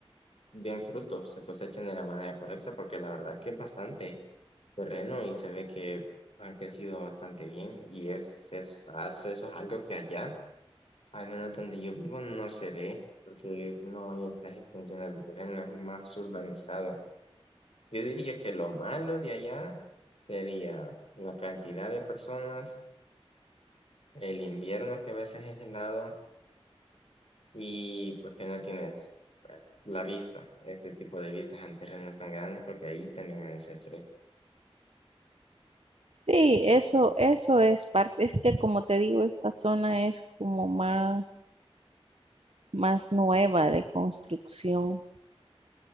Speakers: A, on the left; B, on the right.
A: bien frutos, se cosechan de la manera correcta, porque la verdad que es bastante terreno y se ve que ha crecido bastante bien y es, es, es- eso es algo que allá, al menos donde yo vivo, no se ve, porque no hay estas extensiones de terreno, es más urbanizado. Yo diría que lo malo de allá sería la cantidad de personas, el invierno que a veces es helado y pues que no tienes pues, la vista, este tipo de vistas en terrenos tan grandes, porque ahí también hay ese fresco.
B: Sí, eso, eso es parte, es que como te digo, esta zona es como más, más nueva de construcción.